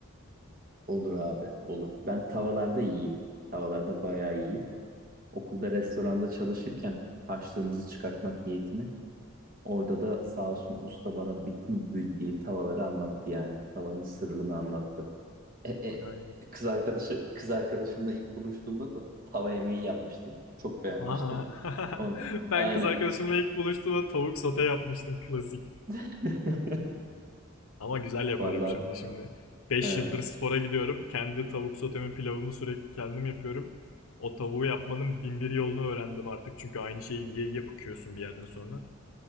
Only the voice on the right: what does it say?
Olur abi, olur. Ben tavalarda yiyeyim. Tavalarda bayağı iyiyim. Okulda restoranda çalışırken harçlığımızı çıkartmak niyetini orada da sağ olsun usta bana bütün bildiği tavaları anlattı yani. Tavanın sırrını anlattı. E, e,
kız arkadaşı kız arkadaşımla ilk buluştuğumda da tava yemeği yapmıştım. Çok beğenmişti.
On,
aynen.
<laughs>
Vallahi
he,